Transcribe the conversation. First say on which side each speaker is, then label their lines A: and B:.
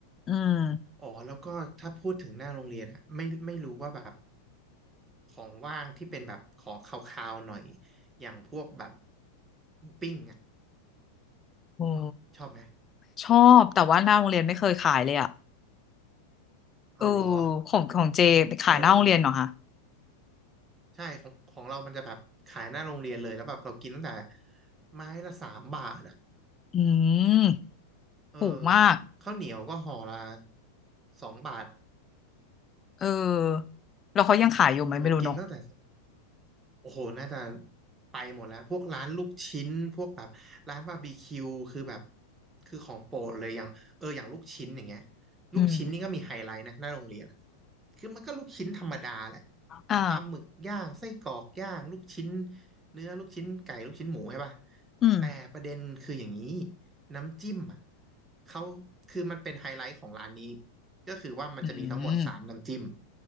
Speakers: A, on the left; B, on the right.
A: อืม
B: อ๋อแล้วก็ถ้าพูดถึงหน้าโรงเรียนอะไม่ไม่รู้ว่าแบบของว่างที่เป็นแบบของคาวๆหน่อยอย่างพวกแบบหมูปิ้งอ่ะ
A: โอ้
B: ชอบไหม
A: ชอบแต่ว่าหน้าโรงเรียนไม่เคยขายเลยอ่ะเออ
B: เอาเหรอ
A: ของของเจไปขายหน้าโรงเรียนเหรอคะ
B: เออใช่ของของเรามันจะแบบขายหน้าโรงเรียนเลยแล้วแบบเรากินตั้งแต่ไม้ละสามบาทอ่ะ
A: อืม
B: เออ
A: ถูกมาก
B: ข้าวเหนียวก็ห่อละสองบาท
A: เออแล้วเขายังขายอยู่ไหมไม่รู้เนอะ
B: เออกินตั้งแต่ โอ้โหน่าจะไปหมดแล้วพวกร้านลูกชิ้นพวกแบบร้านบาร์บีคิวคือแบบคือของโปรดเลยอย่างเอออย่างลูกชิ้นอย่างเงี้ย
A: อืม
B: ลูกชิ้นนี่ก็มีไฮไลท์นะหน้าโรงเรียนอะคือมันก็ลูกชิ้นธรรมดาแหละ
A: อ่า
B: ปลาหมึกย่างไส้กรอกย่างลูกชิ้นเนื้อลูกชิ้นไก่ลูกชิ้นหมูใช่ป่ะ
A: อืม
B: แต่ประเด็นคืออย่างนี้น้ำจิ้มอ่ะเขาคือมันเป็นไฮไลท์ของร้านนี้ก็คือว่ามันจะมีทั้งหมดสามน้ำจิ้ม
A: อืม